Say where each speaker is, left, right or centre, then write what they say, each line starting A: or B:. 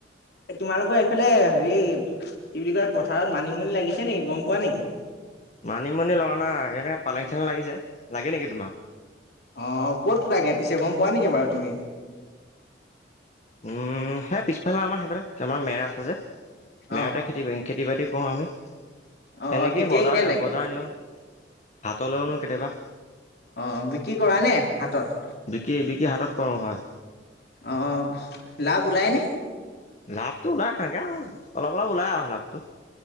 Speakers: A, on the left (about 60°); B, on the left (about 40°).
A: এ তোমালোকৰ এইফালে হেৰি কি বুলি কয় পথাৰত মানিমুনি লাগিছে নেকি গম পোৱা নেকি?
B: মানিমুনি লগা নাই এনে পালেং চালেং লাগিছে লাগে নেকি তোমাক?
A: অঁ ক'ত লাগে পিছে গম পোৱা নেকি বাৰু তুমি?
B: উম' সেই পিছফালে আমাৰ সেইফালে আমাৰ মেৰ আছে যে
A: অ
B: মেৰতে খেতি কৰিম। খেতি বাতি কৰোঁ আমি।
A: অ
B: সেনেকেই
A: কেতিয়া
B: বজাৰ
A: কেতিয়া লাগে
B: বজাৰ নিওঁ হাতলৈও নিওঁ কেতিয়াবা।
A: অঁ' বিক্ৰী কৰা নে হাতত?
B: বিক্ৰি বিক্ৰি হাতত কৰোঁ হয়।
A: অঁ লাভ উলায় নে?
B: লাভটো ওলাই গে আৰু অলপ অলপ ওলাই আৰু লাভটো